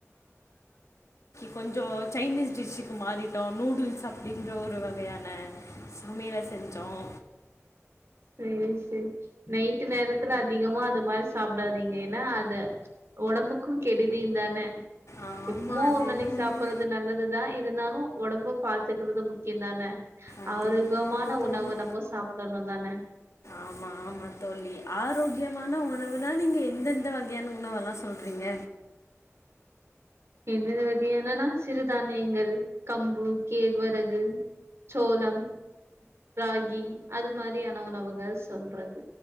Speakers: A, on the left; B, on the right.
A: கொஞ்சோ சைனீஸ் டிஷ்ஷுக்கு மாறிட்டோ நூடுல்ஸ் அப்படின்ற ஒரு வகையான சமையல செஞ்சோம்
B: சேரி சேரி நைட்டு நேரத்துல அதிகமா அந்த மாரி சாப்பிடாதீங்க ஏன்னா அது ஒடம்புக் கு கெடுதி தானே
A: ஆமாம்
B: எப்பமோ
A: அது
B: ஒரு நன்னைக்கு
A: என்ன உண்மை
B: சாப்பிடுறது நல்லது தா இருந்தாலு ஒடம்பு பாத்துக்கறது முக்கியம் தானே
A: அது
B: ஆரோகமான
A: என்ன உண்மைதான் தோழி
B: உணவு நம்ம சாப்பிடணு தானே
A: ஆமா ஆமா தோழி ஆரோக்கியமான உணவு தா நீங்க எந்தெந்த வகையான உணவுல்லா சொல்றீங்க
B: எந்தந்த வகையானனா சிறுதானியங்கள் கம்பு கேழ்வரகு சோளம் ராகி அது மாரியான உணவுகள் சொல்றது